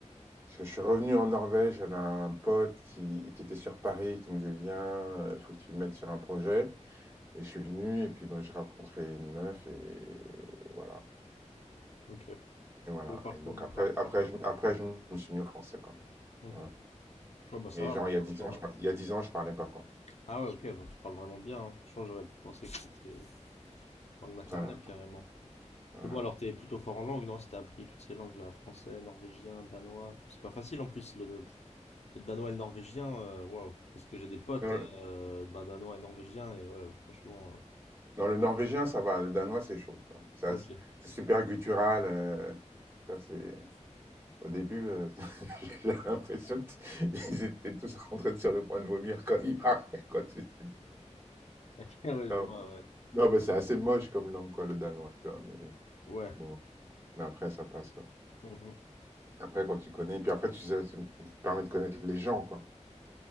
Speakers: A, on the right (about 20°); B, on the left (about 60°).
A: je, je suis revenu en Norvège, j'avais un pote qui, qui était sur Paris, qui me disait viens, euh, faut que tu me mettes sur un projet. Et je suis venu, et puis ben, j'ai rencontré une meuf, et voilà,
B: Ok.
A: et voilà.
B: Beau parcours,
A: Et donc
B: beau
A: après,
B: parcours.
A: après, je, après, je me suis mis au français, quoi.
B: Mhm.
A: Voilà.
B: Ouais, bah ça
A: Mais
B: va,
A: genre
B: bah
A: il y
B: franchement.
A: a dix ans, je, par-
B: euh.
A: il y a dix ans, je parlais pas, quoi.
B: Ah ouais, ok, bah, tu parles vraiment bien. hein. Franchement, j'aurais pensé que c'était langue maternelle,
A: Voilà,
B: carrément.
A: voilà.
B: Mais bon, alors t'es plutôt fort en langue, non? Si t'as appris toutes ces langues-là, français, norvégien, danois. C'est pas facile en plus, le, le danois et le norvégien, euh, waouh. Parce que j'ai des potes
A: Non,
B: euh,
A: le,
B: bah, danois et norvégiens, et ouais, franchement.
A: non, le norvégien, ça va. Le danois, c'est chaud, quoi. Ça,
B: euh, Ok. <laughs>
A: C'est super guttural. euh, ça, c'est au début. euh, J'ai l'impression qu'ils <laughs> étaient tous en train de sur le point de vomir quand ils parlaient, quoi. tu sais.
B: Ok, ouais,
A: Non,
B: je vois, ouais.
A: Non, mais c'est assez moche comme langue, quoi, le danois, tu vois. Mais
B: Ouais.
A: bon, mais après, ça passe, quoi.
B: Mhm.
A: Après, quand tu connais, puis après, tu sais, ça te permet de connaître les gens, quoi.